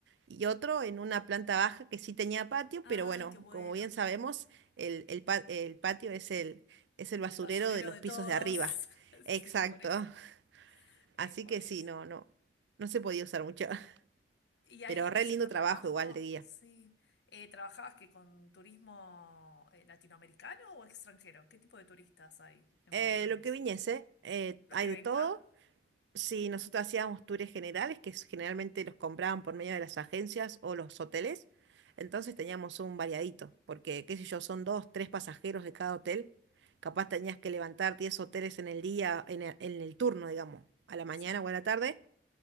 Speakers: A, on the right; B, on the left.
A: y otro en una planta baja que sí tenía patio,
B: Ay,
A: pero bueno,
B: qué bueno.
A: como bien sabemos, el, el pa- el patio es el, es el basurero
B: El basurero
A: de los
B: de
A: pisos
B: todos.
A: de arriba.
B: <laughs> Sí,
A: Exacto.
B: por eso.
A: <laughs>
B: Eh,
A: Así
B: por
A: que
B: eso.
A: sí, no, no, no se podía usar mucho. <laughs>
B: Y ahí
A: Pero
B: en
A: re
B: ese
A: lindo
B: trabajo,
A: trabajo igual de guía.
B: sí. Eh, ¿trabajabas que con turismo eh, latinoamericano o extranjero? ¿Qué tipo de turistas hay en
A: Eh,
B: Buenos Aires?
A: lo que viniese, eh,
B: Lo
A: hay
B: que
A: de
B: venga.
A: todo. Sí, nosotros hacíamos tours generales que s- generalmente los compraban por medio de las agencias o los hoteles, entonces
B: Sí,
A: teníamos un variadito, porque qué sé yo, son dos, tres pasajeros de cada hotel, capaz tenías que levantar 10 hoteles en el día, en el, en el turno, digamos, a la mañana
B: sí.
A: o a la tarde,